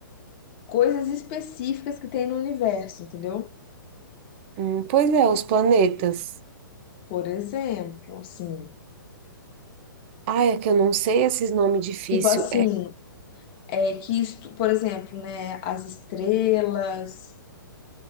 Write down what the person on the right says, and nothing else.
Hum, pois é, os planetas.
Ah, é que eu não sei esses nomes difíceis.
É,